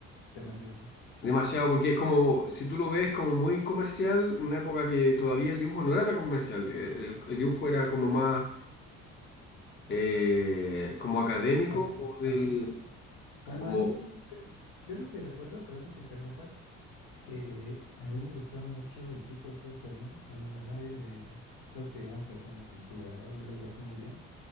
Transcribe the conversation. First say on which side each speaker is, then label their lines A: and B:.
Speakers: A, on the left (about 80°); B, on the left (about 35°).
A: demasiado.
B: Demasiado, porque es como, si tú lo ves como muy comercial, una época que todavía el dibujo no era tan comercial. El, el- el dibujo era como más eh, como académico
A: Arte,
B: o del.
A: artístico. Bueno,
B: Como,
A: él, se- yo lo que recuerdo, perdón que te interrumpa, Eh, a él le gustaba mucho el tipo póster, ¿no? Cuando a nadie le... Todos querían pues una pintura, ¿no? o algo así muy bien.